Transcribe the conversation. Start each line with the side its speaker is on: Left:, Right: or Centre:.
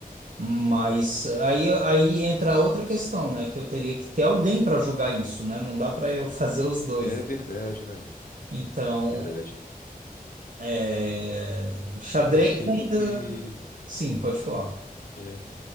Right: Mas aí, aí entra outra questão, né? Que eu teria que ter alguém para jogar isso, né? Não dá para eu <laughs> fazer os dois.
Left: É
Right: né?
Left: verdade, né?
Right: Então,
Left: Verdade.
Right: é... xadrez
Left: Eu sinto
Right: ainda...
Left: que.
Right: Sim, pode falar.
Left: é,